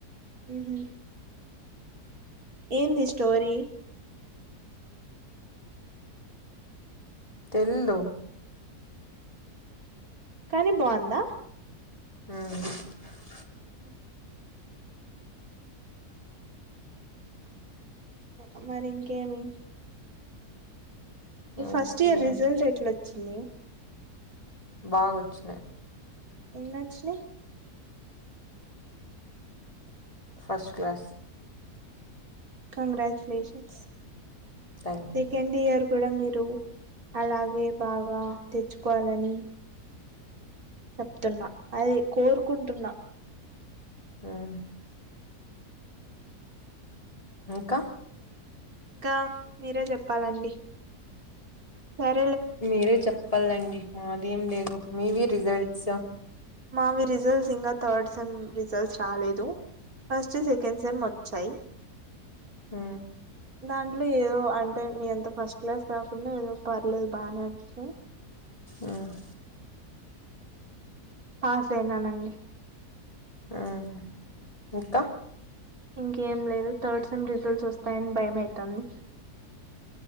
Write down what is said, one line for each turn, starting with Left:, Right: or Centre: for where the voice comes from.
Right: ఉహు ఏంది స్టోరీ
Left: తెల్దూ
Right: కానీ బావుందా
Left: మ్మ్
Right: ఆహా ఉమరి ఇంకేమి నీ ఫస్ట్
Left: ఓకే
Right: ఇయర్ రిజల్ట్ ఎట్లొచ్చింది
Left: బాగొచ్చినాయి
Right: ఎన్నచ్చినయ్
Left: first class
Right: congratulations
Left: thank
Right: second
Left: you
Right: year కు కూడా మీరు అలాగే బాగా తెచ్చుకోవాలని చెప్తున్న అది కోరుకుంటున్న
Left: ఉమ్ ఇంకా
Right: ఇంకా మీరే చెప్పాలండి సరే
Left: మీరే చెప్పాలండి మాదేం లేదు మీవి రిజల్ట్స్
Right: మావి రిజల్ట్స్ ఇంకా థర్డ్ ససేమ్ రిజల్ట్స్ రాలేదు ఫస్ట్ సెకండ్ సేమ్ వచ్చాయి
Left: హ
Right: దాంట్లో ఏదో అంటే మీ అంత ఫస్ట్ క్లాస్ కాకుండా ఏదో పర్లేదు బానే వచ్చినాయి
Left: ఉమ్
Right: పాస్ అయినానండి
Left: ఉమ్ ఇంకా
Right: ఇంకేం లేదు థర్డ్ సెమ్ రిజల్ట్స్ వస్తాయని భయం అవుతుంది